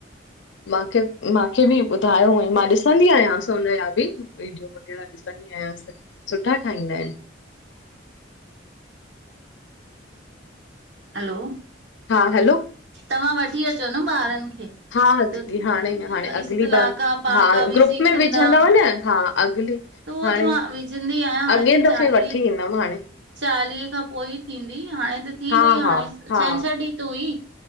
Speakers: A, on the left (about 70°); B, on the right (about 65°).
A: मांखे मांखे बि ॿुधायो हुंई मां ॾिसंदी आयांस हुनजा बि वीडियो हिड़ा ॾिसंदी आयांस सुठा ठाहींदा ईन।
B: हलो।
A: हा हलो।
B: तव्हां वठी अचो न ॿारन खे।
A: हा
B: त
A: दीदी हाणे हाणे अगली
B: इस्तलाका
A: बार
B: पाका
A: हा
B: बि
A: ग्रुप
B: सिखंदा
A: में विझंदव न हा। अगली
B: उहो
A: हाणे
B: त मां विझंदी आयां हाणे
A: अॻे
B: त चालीह
A: दफ़े वठी ईंदमि हाणे
B: चालीह खां पो ई थींदी हाणे त थी
A: हा
B: वई हाणे
A: हा
B: छंछरु
A: हा
B: ॾींह त हुई